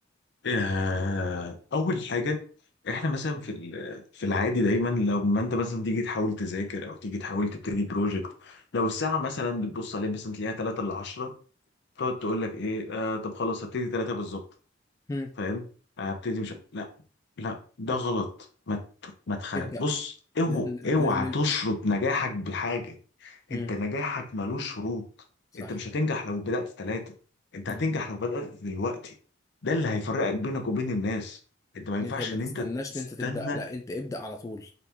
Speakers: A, on the left; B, on the left.
A: آه، أول حاجة إحنا مثلا في ال- في العادي دايما لو ما أنت مثلا تيجي تحاول تذاكر أو تيجي تحاول تبتدي بروجكت لو الساعة مثلا بتبص عليها مثلا تلاقيها 3 ل 10 تقعد تقول لك إيه آه طب خلاص هبتدي 3 بالظبط
B: مم.
A: فاهم؟ هبتدي
B: مم.
A: مش لا لا ده غلط ما ت- ما تخ...
B: ابدأ
A: بص اوعى
B: لازم
A: اوعى
B: لازم
A: تشرط نجاحك بحاجة
B: مم.
A: انت نجاحك ملوش شروط
B: صح
A: انت مش هتنجح لو بدأت في ثلاثة انت
B: مم.
A: هتنجح لو بدأت دلوقتي ده اللي هيفرقك
B: أيوة فعلا.
A: بينك وبين الناس انت ما ينفعش
B: إن انت ما
A: ان
B: تستناش
A: انت تستنى
B: ان انت تبدأ لا انت ابدأ على طول